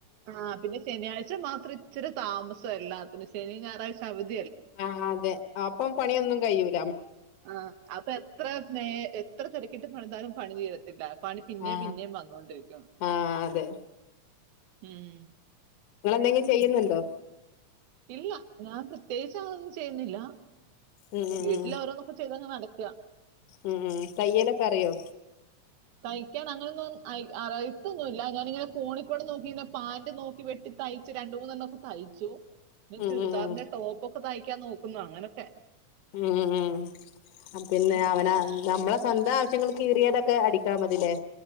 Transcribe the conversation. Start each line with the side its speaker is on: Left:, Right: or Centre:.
Right: ആ പിന്നെ ശനിയാഴ്ച മാത്രം ഇച്ചിരി താമസം എല്ലാ ശനിം ഞാറാഴ്ച അവധ്
Left: ആ ആ അതെ അപ്പം പണിയൊന്നും കയൂല്ല
Right: ആ അപ്പൊ എത്ര നേ എത്ര തിരക്കിട്ട് പണിതാലും പണി തീരത്തില്ല പണി പിന്നേം
Left: ആ
Right: പിന്നേം വന്നോണ്ടിരിക്കും
Left: ആ അതെ
Right: ഉം
Left: ഇങ്ങളെന്തെങ്കി ചെയ്യുന്നുണ്ടോ?
Right: ഇല്ല ഞാൻ പ്രത്യേകിച്ച് അതൊന്നും ചെയ്യുന്നില്ല.
Left: ഉം ഉം
Right: വീട്ടിൽ
Left: ഉം
Right: ഓരോന്നൊക്കെ ചെയ്തങ്ങ് നടക്കുക.
Left: ഉം ഉം ഉം തയ്യല്ല പറയോ?
Right: തയ്ക്കാൻ അങ്ങനൊന്നും അയ് അറിയത്തൊന്നുല്ല ഞാനിങ്ങനെ ഫോണി കൂടെ നോക്കിെ പാന്റ് നോക്കി വെട്ടി തയ്ച്ചു രണ്ട് മൂന്നെണ്ണം ഒക്കെ തയ്ച്ചു. ന്നെ
Left: ഉം
Right: ചുരിദാറിന്റെ
Left: ഉം ഉം
Right: ടോപ്പ് ഒക്കെ തയ്യ് ക്കാൻ നോക്കുന്നു അങ്ങനൊക്കെ.
Left: ഉം. പിന്നെ
Right: ഉം.
Left: അവന നമ്മളെ സ്വന്തം ആവശ്യങ്ങൾ കീറിയതൊക്കെ അടിക്കാൽ മതില്ലേ?